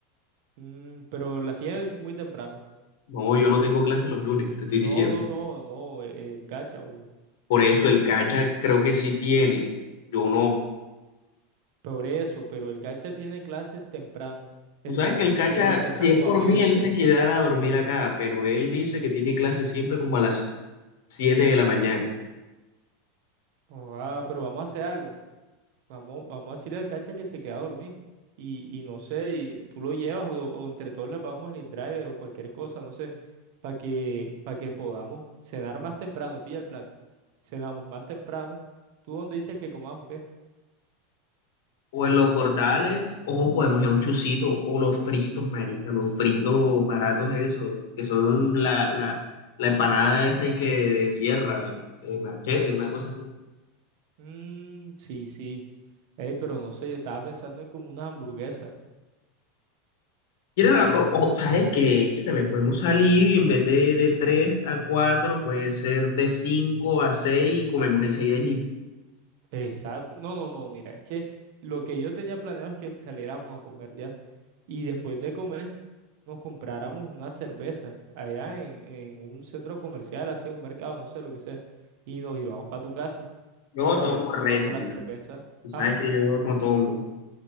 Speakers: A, on the right; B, on the left.
A: Mm, pero las tiene muy temprano.
B: No, yo no tengo clase los lunes, te estoy diciendo.
A: No, no, no, no, eh, el cacha, o
B: Por eso el Cacha creo que sí tiene, yo no.
A: peor eso, pero el cacha tiene clases temprano,
B: Tú
A: el
B: sabes
A: lunes,
B: que el Cacha,
A: o los tendrá
B: si
A: como
B: es por
A: a mediodía.
B: mí, él se quedara a dormir acá, pero él dice que tiene clase siempre como a las 7 de la mañana.
A: Oh, ah, pero vamos a hacer algo. Vamos, vamos a decirle al cacha que se queda a dormir. Y, y no sé, y tú lo llevas o, o entre todos le pagamos el driver o cualquier cosa, no sé, para que, para que podamos cenar más temprano. Pilla el plan. Cenamos más temprano. ¿Tú dónde dices que comamos qué?
B: O en los gordales, o podemos ir a un chucito, o los fritos, marica, los fritos baratos esos, que son la, la, la empanada esa y que cierra, eh, machete, una cosa así.
A: Mmm, sí, sí. Ey, pero no sé, yo estaba pensando en como unas hamburguesas.
B: ¿Quieres la- o, o, ¿sabes qué? Che, también podemos salir y en vez de, de 3 a 4 puede ser de 5 a 6 y comemos enseguida ahí mismo.
A: Exacto. No, no, no, mira, es que lo que yo tenía planeado es que saliéramos a comer ya. Y después de comer nos compráramos una cerveza allá en, en un centro comercial, así un mercado, no sé lo que sea, y nos íbamos para tu casa
B: Yo
A: y allá
B: tomo
A: nos
B: Red
A: tomamos
B: Bull.
A: la cerveza.
B: Tú sabes
A: Ah,
B: que yo no tomo.